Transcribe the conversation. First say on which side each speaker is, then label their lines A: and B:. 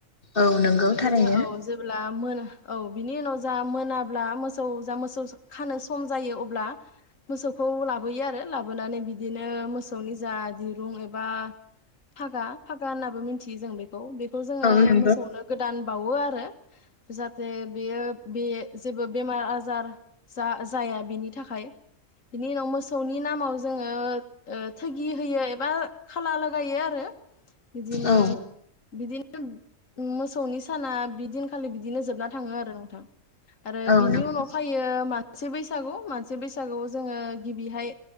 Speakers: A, on the left; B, on the left.
A: औ नंगौ
B: बिदिनो
A: थारैनो
B: औ जेब्ला मोन औ बिनि उनाव जा मोनाब्ला मोसौ जा मोसौ खानो सम जायो अब्ला मोसौखौ लाबोयो आरो लाबोनानै बिदिनो मोसौनि जा दिरुं एबा फागा फागा होननाबो मिथियो जों बे खौ बेखौ जोंङो
A: औ नंगौ
B: मोसौनो गोदान बावो आरो जाहाथे बेयो बे जेबो बेमार आजार जा जाया बेनि थाखाय बिनि उनाव मोसौनि नामाव जोंङो ओ थोगि होयो ए बा खाला लागायो आरो बिदिनो
A: औ
B: बिदिनो मोसौनि साना बि दिन खालि बिदिनो जोबना थांङो आरो नोंथां आरो
A: औ
B: बिनि
A: नंगौ
B: उनाव फायो मान सि बैसागु मानसि बैसागुआव जोंङो गिबिहाय